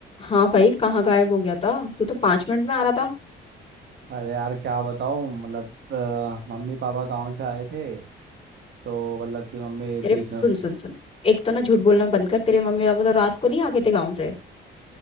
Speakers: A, on the left; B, on the right.
A: हाँ भाई कहाँ गायब हो गया था तू तो पांच मिनट में आ रहा था
B: अरे यार क्या बताऊं मतलब अ, मम्मी पापा गांव से आए थे तो मतलब कि मम्मी
A: तेरे
B: बीच में
A: सुन सुन सुन एक तो ना झूठ बोलना बंद कर तेरे मम्मी पापा तो रात को नहीं आ गए थे गाँव से